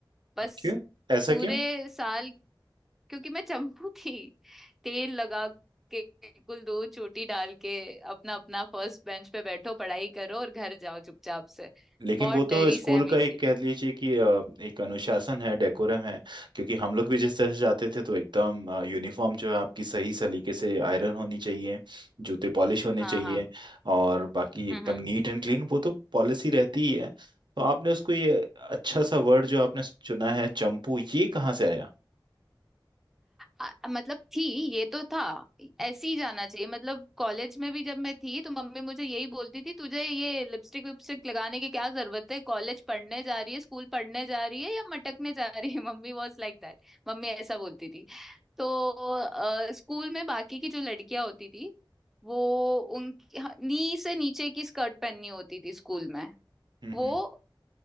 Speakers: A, in the centre; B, on the right.
A: बस
B: क्यों ऐसा
A: पूरे
B: क्यों
A: साल क्योंकि मैं चंपू थी तेल लगा के बिल्कुल दो चोटी डाल के अपना अपना फर्स्ट बेंच पे बैठो पढ़ाई करो और घर जाओ चुपचाप से
B: लेकिन
A: बहुत
B: वो
A: डरी
B: तो स्कूल
A: सहमी
B: का एक
A: सी
B: कह लीजिए कि अ, एक अनुशासन है डेकोरम है क्योंकि हम लोग भी जिस तरह से जाते थे तो एकदम यूनिफॉर्म जो है आपकी सही सलीके से आयरन होनी चाहिए जूते पॉलिश होने
A: हाँ
B: चाहिए
A: हाँ
B: और बाकी
A: हम्म
B: एकदम
A: हम्म
B: नीट एंड क्लीन वो तो पॉलिसी रहती ही है तो आपने उसको ये अच्छा सा वर्ड जो आपने चुना है चंपू ये कहाँ से आया
A: आ, मतलब थी ये तो था ऐसे ही जाना चाहिए मतलब कॉलेज में भी जब मैं थी तो मम्मी मुझे यही बोलती थी तुझे ये लिपस्टिक विपस्टिक लगाने की क्या जरूरत है कॉलेज पढ़ने जा रही है स्कूल पढ़ने जा रही है या मटकने जा रही है <laughs> Mummy was like that Mummy ऐसा बोलती थी तो अ, स्कूल में बाकी की जो लड़कियां होती थी वो उनकी हाँ, नी से नीचे की स्कर्ट पहननी होती थी स्कूल में
B: हम्म
A: वो
B: हम्म